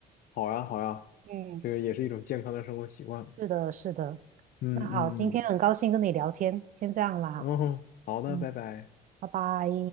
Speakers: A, on the left; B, on the right.
A: 好呀好呀，
B: 嗯，
A: 这个也是一种健康的生活习惯。
B: 是的，是的。
A: 嗯嗯嗯，
B: 那好，今天很高兴跟你聊天，先这样啦哈。
A: 然后好的，
B: 嗯。
A: 拜拜。
B: 拜拜。